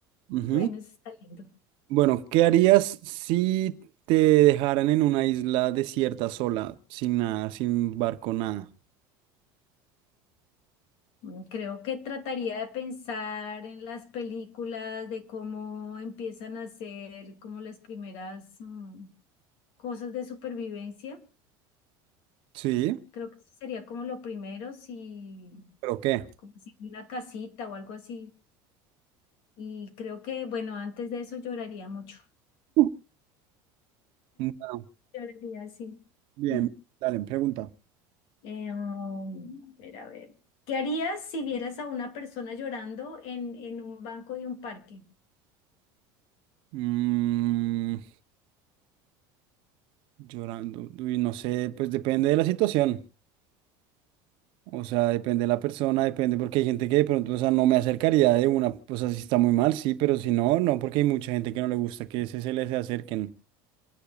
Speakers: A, on the right (about 50°); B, on the left (about 55°).
A: Ujú.
B: Bueno, eso está lindo.
A: Bueno, ¿qué harías si te dejaran en una isla desierta sola, sin nada, sin barco, nada?
B: Mm, Creo que trataría de pensar en las películas, de cómo empiezan a hacer como las primeras mm, cosas de supervivencia
A: Sí,
B: Creo que eso sería como lo primero, si,
A: ¿pero qué?
B: como si una casita o algo así. Y creo que, bueno, antes de eso lloraría mucho.
A: Uh. Bueno,
B: Lloraría, sí.
A: bien,
B: Mm.
A: dale, pregunta.
B: Eh, um, a ver, a ver. ¿Qué harías si vieras a una persona llorando en, en un banco de un parque?
A: Mm, llorando, uy, no sé, pues depende de la situación. O sea, depende de la persona, depende, porque hay gente que de pronto, o sea, no me acercaría de una, pues así está muy mal, sí, pero si no, no, porque hay mucha gente que no le gusta que se, se les acerquen.